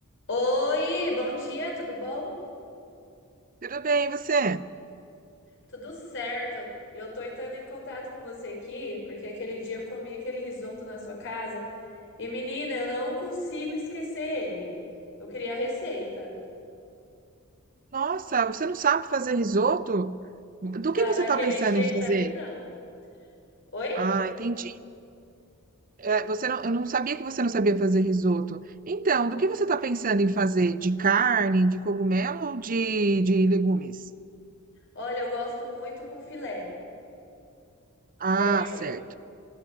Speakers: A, on the left; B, on the right.
A: Oi, bom dia, tudo bom?
B: Tudo bem, e você?
A: Tudo certo. Eu eu tô entrando em contato com você aqui, porque aquele dia eu comi aquele risoto na sua casa e, menina, eu não consigo esquecer ele. Eu queria a receita.
B: Nossa, você não sabe fazer risoto? Do
A: Não,
B: que você
A: daquele
B: está pensando
A: jeito
B: em fazer?
A: ali, não. Oi?
B: Ah, entendi. É, você não, eu não sabia que você não sabia fazer risoto. Então, do que você está pensando em fazer? De carne, de cogumelo ou de, de legumes?
A: Olha, eu gosto muito com filé, filé
B: Ah,
A: mignon.
B: certo.